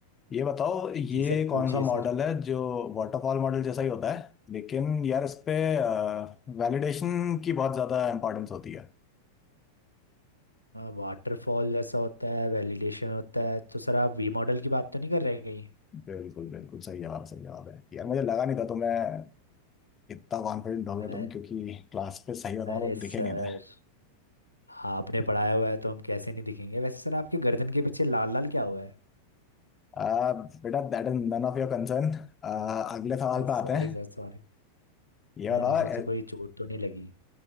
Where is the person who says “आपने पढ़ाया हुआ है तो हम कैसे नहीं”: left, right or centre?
Left